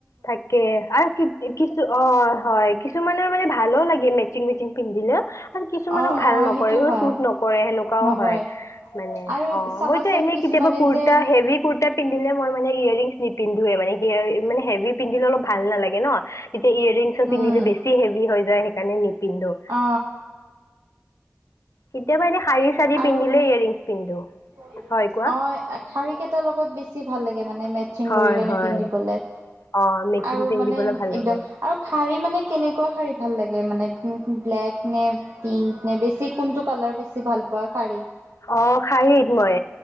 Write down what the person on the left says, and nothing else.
থাকে, আৰু কিছু অ, হয়, কিছুমানৰ মানে ভ ভালো লাগে মেচিং-মেচিং পিন্ধিলে, আৰু কিছুমানক
ভাল
নকৰে,
শ্বুট নকৰে, সেনেকুৱাও
হয়। মানে
অ,
মইতো এনেই
কেতিয়াবা কুৰ্তা
হেভি কুৰ্তা পিন্ধিলে মই মানে ইয়োৰৰিংছ নিপিন্ধোৱে ৱমানে হেভি পিন্ধিলে অলপ ভাল নালাগে ন! তেতিয়া ইয়েৰিংছো পিন্ধিলে
বেছি হেভি হৈ যায়, সেইকাৰণে নিপিন্ধো।
কেতিয়াবা এনে শাৰী-চাৰী
পিন্ধিলে ইয়েৰিংছ পিন্ধো।
হয় কোৱা
হয়
হয়
অ মেচিং
পিন্ধিবলৈ
ভাল লাগে
অ, শাৰীত মই